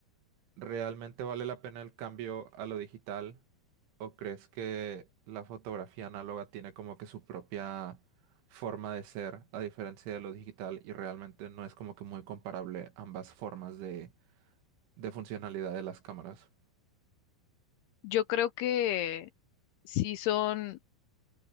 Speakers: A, on the right; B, on the left.
A: ¿Realmente vale la pena el cambio a lo digital? ¿O crees que la fotografía análoga tiene como que su propia forma de ser, a diferencia de lo digital, y realmente no es como que muy comparable ambas formas de, de funcionalidad de las cámaras?
B: Yo creo que sí son